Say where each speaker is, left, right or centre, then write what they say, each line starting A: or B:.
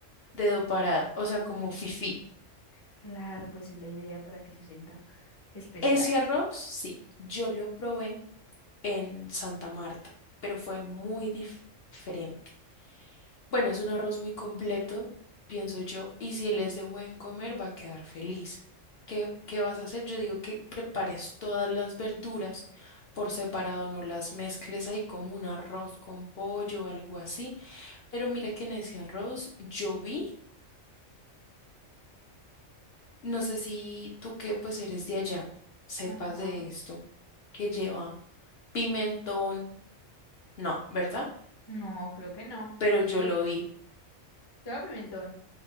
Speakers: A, on the left (about 55°); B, on the left (about 25°).
A: dedo parado, o sea, como fifí.
B: Claro, pues es la idea para que se sienta especial.
A: Ese arroz, sí, yo lo probé en Santa Marta, pero fue muy dif- diferente. Bueno, es un arroz muy completo, pienso yo, y si él es de buen comer, va a quedar feliz. ¿Qué, qué vas a hacer? Yo digo que prepares todas las verduras por separado, no las mezcles ahí como un arroz con pollo o algo así Pero mira que en ese arroz yo vi, no sé si tú que pues eres de allá, sepas
B: Ajá.
A: de esto, que lleva pimentón, no, ¿verdad?
B: No, creo que no.
A: Pero
B: Eso
A: yo lo vi.
B: lleva pimentón.